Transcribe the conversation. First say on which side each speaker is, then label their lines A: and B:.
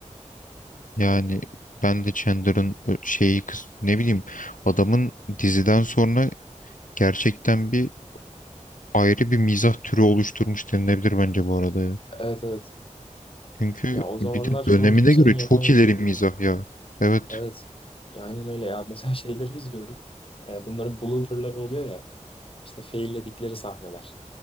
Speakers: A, on the left; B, on the left.
A: yani ben de Chandler'ın ö- şeyi kız ne bileyim adamın diziden sonra gerçekten bir ayrı bir mizah türü oluşturmuş denilebilir bence bu arada ya.
B: Evet evet.
A: Çünkü
B: Ya o zamanlar
A: bir de dönemine
B: çoğu kimsenin
A: göre
B: yapamayacağı.
A: çok ileri mizah ya. Evet.
B: Evet. Ya aynen öyle ya. Mesela <laughs> şeyleri izliyorum. E, bunların blooperları oluyor ya. İşte failledikleri sahneler.